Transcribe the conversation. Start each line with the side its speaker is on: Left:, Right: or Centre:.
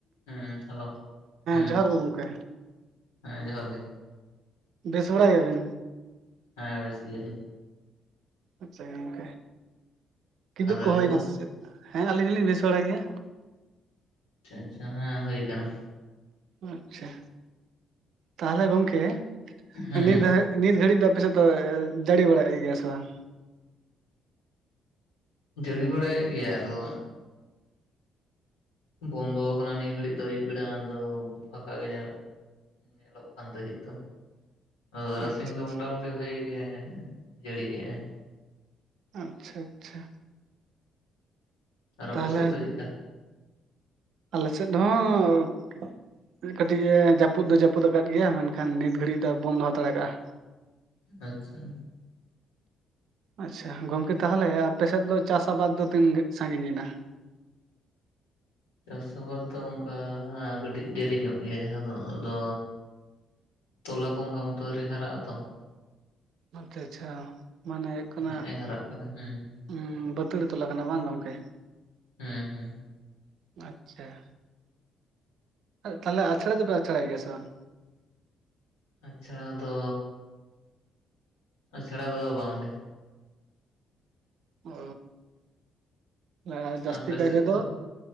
Left: ᱦᱮᱸ, ᱦᱮᱞᱳ, ᱦᱮᱸ
Right: ᱡᱚᱦᱟᱨ ᱜᱮ ᱜᱚᱢᱠᱮ
Left: ᱦᱮᱸᱻ ᱡᱚᱦᱟᱨ ᱜᱮ ᱾
Right: ᱵᱮᱥ ᱵᱟᱲᱟ ᱜᱮᱭᱟ ᱵᱤᱱ?
Left: ᱦᱮᱸᱻ ᱵᱮᱥ ᱜᱮᱭᱟ ᱞᱤᱧ ᱾
Right: ᱟᱪᱪᱷᱟ ᱜᱚᱝᱠᱮ, ᱠᱤᱫᱩ
Left: ᱟᱨ
Right: ᱠᱚ
Left: ᱟᱹᱵᱤᱱ
Right: ᱦᱩᱭ ᱮᱱᱟ
Left: ᱫᱚ
Right: ᱥᱮ ᱪᱮᱫ? ᱦᱮᱸ᱾ ᱟᱹᱞᱤᱧ ᱦᱚᱞᱤᱧ ᱵᱮᱥ ᱵᱟᱲᱟ ᱜᱮᱭᱟ ᱾
Left: ᱟᱪᱪᱷᱟ ᱟᱪᱪᱷᱟ, ᱦᱮᱸ, ᱦᱩᱭ ᱟᱠᱟᱱᱟ ᱾
Right: ᱟᱪᱪᱷᱟ᱾ ᱛᱟᱦᱚᱞᱮ, ᱜᱚᱝᱠᱮ,
Left: ᱦᱮᱸ
Right: ᱱᱤᱫᱷ ᱱᱤᱛ ᱜᱷᱟᱹᱲᱤᱡ ᱫᱚ, ᱟᱯᱮ ᱥᱮᱫ ᱫᱚ, ᱡᱟᱹᱲᱤ ᱵᱟᱲᱟ ᱭᱮᱫ ᱜᱮᱭᱟ ᱥᱮ ᱵᱟᱝ?
Left: ᱡᱟᱹᱲᱤ ᱵᱟᱲᱟᱭᱮᱫ ᱜᱮᱭᱟᱭ, ᱟᱫᱚ ᱵᱚᱱᱫᱚ ᱟᱠᱟᱱᱟ, ᱱᱤᱭᱟᱹ ᱜᱷᱟᱹᱲᱤᱡ ᱫᱚ, ᱟᱹᱭᱩᱵ ᱵᱮᱲᱟ ᱫᱚ, ᱯᱷᱟᱠᱟ ᱜᱮ, ᱧᱮᱞᱚᱼᱟ ᱾ ᱧᱮᱞᱚᱜ ᱠᱟᱱ, ᱫᱟᱦᱤᱫ ᱫᱚ ᱛᱟᱨᱟᱥᱤᱧ
Right: ᱟᱪᱪᱷᱟ
Left: ᱫᱚ,
Right: ᱟᱪᱪᱷᱟ
Left: ᱢᱚᱴᱟ ᱢᱩᱴᱤ ᱵᱷᱟᱜᱤ ᱜᱮ, ᱡᱟᱹᱲᱤ ᱠᱮᱜᱼᱟ ᱾
Right: ᱟᱪᱪᱷᱟ, ᱟᱪᱪᱷᱟ ᱾
Left: ᱟᱨ ᱟᱯᱮ
Right: ᱛᱟᱦᱚᱞᱮ
Left: ᱥᱮᱫ ᱫᱚ, ᱪᱮᱫ ᱞᱮᱠᱟ?
Right: ᱟᱞᱮ ᱥᱮᱫ ᱦᱚᱸᱻ ᱾ ᱢᱤᱫ ᱠᱟᱹᱴᱤᱡ, ᱮ ᱡᱟᱹᱯᱩᱫ ᱫᱚ, ᱡᱟᱹᱯᱩᱫ ᱟᱠᱟᱫ ᱜᱮᱭᱟ ᱾ ᱢᱮᱱᱠᱷᱟᱱ ᱱᱤᱛ ᱜᱷᱟᱲᱤᱡ ᱫᱚ, ᱵᱚᱱᱫᱚ ᱦᱟᱛᱟᱸᱲ ᱟᱠᱟᱜᱼᱟ ᱾
Left: ᱟᱪᱪᱷᱟ, ᱟᱡ
Right: ᱟᱪᱪᱷᱟ ᱜᱚᱝᱠᱮ, ᱛᱟᱦᱚᱞᱮ, ᱟᱯᱮᱥᱮᱫ ᱫᱚ, ᱪᱟᱥ ᱟᱵᱟᱫᱽ ᱫᱚ, ᱛᱤᱱ ᱥᱟᱸᱜᱤᱧ ᱮᱱᱟ ᱾
Left: ᱪᱟᱥ ᱟᱵᱟᱫ ᱫᱚ, ᱚᱱᱠᱟ ᱠᱟᱹᱴᱤᱡ, ᱫᱮᱨᱤ ᱧᱚᱜ ᱜᱮᱭᱟ, ᱡᱟᱦᱟᱸ ᱫᱚ, ᱟᱫᱚ ᱛᱚᱞᱟ ᱠᱚ, ᱚᱱᱠᱟ ᱢᱚᱛᱚ, ᱟᱹᱣᱨᱤ ᱦᱟᱨᱟᱜ ᱟᱼ ᱛᱚ ᱾
Right: ᱟᱪᱪᱷᱟ, ᱟᱪᱪᱷᱟ, ᱢᱟᱱᱮ ᱦᱩᱭᱩᱜ ᱠᱟᱱᱟ
Left: ᱱᱮᱜᱼᱮ
Right: ᱾
Left: ᱦᱟᱨᱟᱜ ᱠᱟᱱᱟ ᱾ ᱦᱩᱸᱻ ᱾
Right: ᱩᱸᱻ ᱵᱟᱹᱛᱟᱹᱲᱤ ᱛᱚᱞ ᱟᱠᱟᱱᱟ, ᱵᱟᱝ ᱜᱚᱝᱠᱮ ᱾
Left: ᱦᱮᱸᱻ ᱦᱮᱸᱻ ᱾
Right: ᱟᱪᱪᱷᱟ ᱾ ᱛᱟᱦᱚᱞᱮ, ᱟᱪᱷᱲᱟ ᱫᱚᱯᱮ, ᱟᱪᱷᱲᱟᱟᱭ ᱜᱮᱭᱟ ᱥᱮ ᱵᱟᱝ?
Left: ᱟᱪᱷᱲᱟ ᱫᱚᱻ ᱟᱪᱷᱲᱟ ᱫᱚ, ᱵᱟᱝ ᱜᱮ ᱾
Right: ᱚᱻ, ᱟᱨ ᱡᱟᱹᱥᱛᱤ
Left: ᱟᱯᱮ
Right: ᱠᱟᱭ
Left: ᱥᱮᱫ
Right: ᱛᱮᱫᱚ
Left: ᱫᱚ